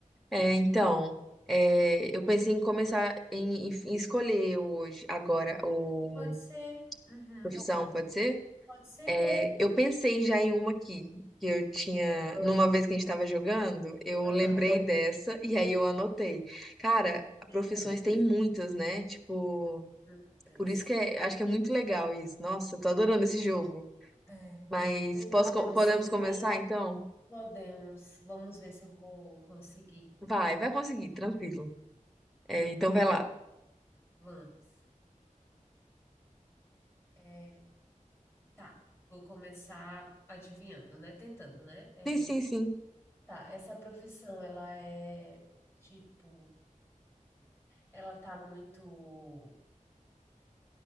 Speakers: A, in the centre; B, on the left (about 20°).
A: É, então, é, eu pensei em começar em, em escolher hoje, agora, o
B: Pode ser. Uhum.
A: profissão, pode ser?
B: Pode ser.
A: É, eu pensei já em uma aqui, que eu tinha,
B: Ah,
A: numa vez que a gente estava jogando, eu
B: aham.
A: lembrei dessa e aí eu anotei. Cara,
B: Meu
A: profissões
B: Deus.
A: tem muitas, né? Tipo,
B: Plantas.
A: por isso que é, acho que é muito legal isso. Nossa, eu tô adorando esse jogo.
B: É.
A: Mas
B: Meu Deus,
A: posso, co-
B: deve
A: podemos
B: ser uma.
A: começar então?
B: Podemos. Vamos ver se eu vou conseguir.
A: Vai, vai conseguir, tranquilo. É, então
B: Então,
A: vai lá.
B: vamos. É, tá. Vou começar adivinhando, né? Tentando, né? É,
A: Sim, sim, sim.
B: tá. Essa profissão, ela é tipo, ela tá muito,